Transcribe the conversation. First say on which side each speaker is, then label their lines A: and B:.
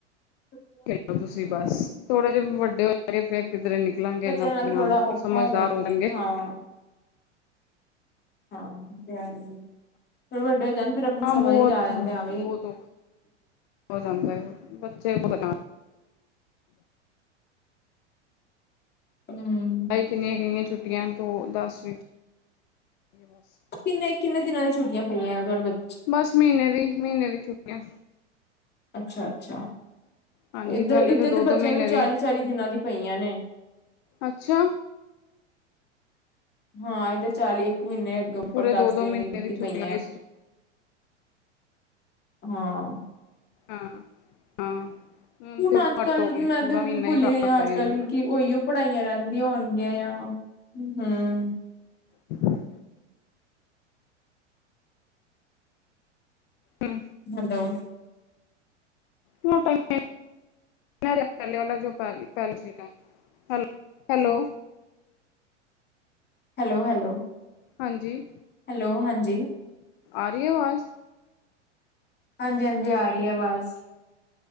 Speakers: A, on the left; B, on the left.
A: ਹ <inaudible>
B: <unintelligible> ਲੋ ਤੁਸੀਂ ਬਸ, ਥੋੜੇ ਜਹੇ ਵੱਡੇ ਹੋ ਜਾ ਫੇਰ ਕਿੱਧਰੇ ਨਿਕਲ ਨਿਕਲਾਂਗੇ
A: ਬੱਚਿਆਂ
B: ਨਾਲ ਦੇ ਨਾਲ,
A: ਥੋੜਾ ਔਖਾ
B: ਸਮਝਦਾਰ
A: ਜਾਂਦਾ
B: ਹੋ ਜਾਣਗੇ।
A: ਹਾਂ। ਹਾਂ, ਥੋੜੇ ਵੱਡੇ ਹੋ ਜਾਣ ਫਿਰ
B: ਹਾਂ
A: ਸਮਝ
B: ਬਹੁਤ
A: ਹੀ ਜਾ ਆ ਜਾਂਦੇ ਆ ਬ।
B: ਬਹੁਤ ਔਖਾ ਹੋ ਜਾਂਦਾ ਹੈ, ਬੱਚੇ ਬਹੁਤ ਧਦ <unintelligible>
A: ਹਮ।
B: ਕਿੰਨੀਆਂ ਕਿੰਨੀਆਂ ਛੁੱਟੀਆਂ, ਤੋਂ ਦਸ ਵਿੱਚ। ੀ ਬਸ
A: ਕਿੰਨੇੰ ਕਿੰਨੇ ਦਿਨਾਂ ਦੀ ਛੁੱਟੀਆਂ ਪਇਆ ਨੇ ਤੁਹਾਡੇ ਬਚ-
B: ਬਸ ਮਹੀਨੇ ਦੀ ਮਹੀਨੇ ਦੀ ਛੁੱਟੀਆਂ।
A: ਅੱਛਾ ਅੱਛਾ
B: ਹਾਂਜੀ
A: ਇੱਧਰ,
B: ਪਹਿਲੇ
A: ਇੱਧਰ
B: ਤਾਂ ਦੋ
A: ਦੇ
B: ਦੋ
A: ਬੱਚਿਆਂ
B: ਮਹੀਨੇ
A: ਨੂੰ
B: ਦੀ
A: ਚਾਲੀ ਚਾਲੀ ਦਿਨਾਂ ਦੀ ਪਈਆਂ ਨੇ।
B: ਅੱਛਾ।
A: ਹਾਂ ਇਹਧਰ ਚਾਲੀ ਇੱਕ ਮਹੀਨੇ ਅੱ ਉੱਪਰ
B: ਪੂਰੇ
A: ਦਸ
B: ਦੋ ਦੋ
A: ਦਿਨ,
B: ਮਹੀਨੇ
A: ਦੀ
B: ਛੁੱਟੀਆਂ
A: ਪਈ ਹੈ। ਹਾਂ।
B: ਹਾਂ, ਹਾਂ।
A: ਹੁਣ
B: ਤੇ
A: ਅੱਜ
B: ਘੱਟ
A: ਕੱਲ,
B: ਹੋ ਗਈ
A: ਮੈਂ
B: ਪੂਰਾ
A: ਤੇ
B: ਮਹੀਨਾ
A: ਭੁੱਲ
B: ਹੀ ਕਰ
A: ਗਈ ਹਾਂ
B: ਦਿੱਤਾ
A: ਅੱਜ
B: ਇਹਨੂੰ
A: ਕੱਲ। ਕਿ ਉਹੀਓ ਪੜ੍ਹਾਈਆਂ ਰਹਿੰਦੀਆਂ ਹੋਣਗੀਆਂ ਆ, ਹਮ।
B: ਹ <inaudible> ਹਮ
A: ਹੈਲੋ
B: ਮੋਟਾਈ ਦੇ <unintelligible> <unintelligible> ਹੈਲੋ
A: ਹੈਲੋ, ਹੈਲੋ
B: ਹਾਂਜੀ
A: ਹੈਲੋ ਹਾਂਜੀ
B: ਆਰੀ ਆ ਆਵਾਜ਼
A: ਹਾਂਜੀ ਹਾਂਜੀ ਆ ਰਹੀ ਆ ਆਵਾਜ਼।